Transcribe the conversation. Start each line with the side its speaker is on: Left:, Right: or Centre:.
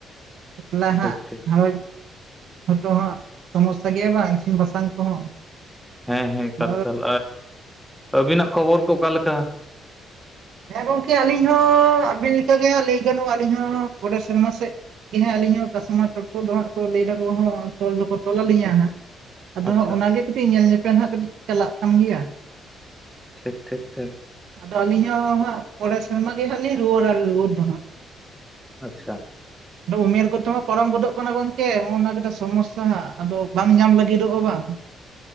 Right: ᱮᱠᱞᱟ ᱦᱟᱜ
Centre: ᱴᱷᱤᱠ ᱴᱷᱤᱠ
Right: ᱜᱷᱟᱷᱟᱨᱚᱸᱡᱽ <unintelligible> ᱦᱚᱭ ᱛᱚ ᱦᱟᱸᱜ ᱥᱚᱢᱚᱥᱥᱟ ᱜᱮᱭᱟ ᱵᱟᱝ ᱤᱥᱤᱱ ᱵᱟᱥᱟᱝ ᱠᱚᱦᱚᱸ
Centre: ᱦᱮᱸ ᱦᱮᱸ ᱮᱠᱟᱞ
Right: ᱚᱱᱟ
Centre: ᱮᱠᱟᱞ ᱟᱹᱵᱤᱱᱟᱜ ᱠᱷᱚᱵᱚᱨ ᱠᱚ ᱚᱠᱟ ᱞᱮᱠᱟ
Right: ᱦᱮᱸ ᱜᱚᱝᱠᱮ ᱟᱹᱞᱤᱧ ᱦᱚᱸ ᱟᱵᱤ ᱞᱮᱠᱟᱜᱮ ᱦᱟᱸᱜ ᱞᱟᱹᱭ ᱜᱟᱱᱚᱜᱼᱟ ᱟᱹᱞᱤᱧ ᱦᱚᱸ ᱯᱚᱨᱮ ᱥᱮᱨᱢᱟ ᱥᱮᱫ ᱦᱮᱸ ᱟᱞᱤᱧ ᱦᱚᱸ ᱠᱟᱥᱢᱟᱨ ᱴᱚᱴᱠᱚ ᱫᱚ ᱦᱟᱜ ᱠᱚ ᱞᱟᱹᱭ ᱛᱚᱞ ᱫᱚᱠᱚ ᱛᱚᱞᱞᱤᱧᱟ ᱦᱟᱸᱜ ᱟᱫᱚᱜ
Centre: ᱟᱪᱪᱷᱟ
Right: ᱚᱱᱟᱜᱮ ᱠᱟᱹᱴᱤᱡ ᱧᱮᱞ ᱧᱮᱯᱮᱞ ᱦᱟᱸᱜ ᱠᱟᱹᱴᱤᱡ ᱪᱟᱞᱟᱜ ᱠᱟᱱ ᱜᱮᱭᱟ
Centre: ᱴᱷᱤᱠ ᱴᱷᱤᱠ ᱴᱷᱤᱠ
Right: ᱟᱫᱚ ᱟᱹᱞᱤᱧ ᱦᱚᱸ ᱦᱟᱸᱜ ᱯᱚᱨᱮ ᱥᱮᱨᱢᱟ ᱜᱮ ᱦᱟᱸᱜ ᱞᱤᱧ ᱨᱩᱣᱟᱹ ᱨᱩᱣᱟᱹᱲ ᱫᱚ ᱦᱟᱸᱜ
Centre: ᱟᱪᱪᱷᱟ
Right: <inaudible> ᱩᱢᱮᱨ ᱠᱚᱫᱚ ᱦᱚᱸ ᱯᱟᱨᱚᱢ ᱜᱚᱫᱚᱜ ᱠᱟᱱᱟ ᱜᱚᱝᱠᱮ ᱱᱚᱜᱱᱟᱝᱠᱟ ᱥᱚᱢᱚᱥᱥᱟ ᱟᱫᱚ ᱵᱟᱝ ᱧᱟᱢ ᱞᱟᱹᱜᱤᱫᱚᱜᱼᱟ ᱵᱟᱝ